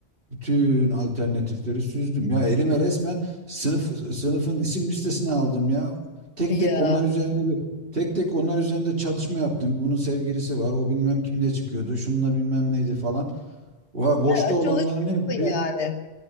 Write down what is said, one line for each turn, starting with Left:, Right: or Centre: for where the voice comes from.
Right: Bütün alternatifleri süzdüm. Ya elime resmen sınıf sınıfın isim listesini aldım ya. Tek
Left: Ya
Right: tek onlar üzerinde bir tek tek onlar üzerinde çalışma yaptım. Bunun sevgilisi var. O bilmem kimle çıkıyordu. Şununla bilmem neydi falan. Va- Boşta
Left: bayağı
Right: olanların
Left: çalışmışsın
Right: hepsi
Left: yani.